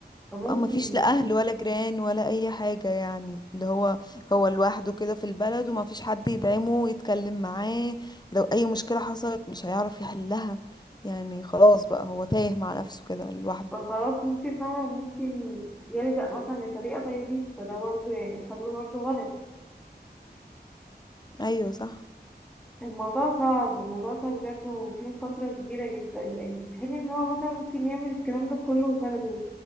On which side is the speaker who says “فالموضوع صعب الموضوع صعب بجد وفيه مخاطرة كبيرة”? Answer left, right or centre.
Centre